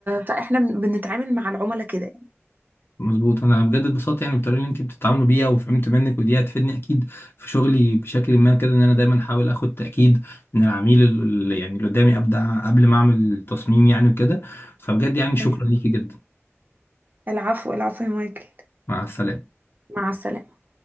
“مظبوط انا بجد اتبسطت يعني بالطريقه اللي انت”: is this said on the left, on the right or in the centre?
Left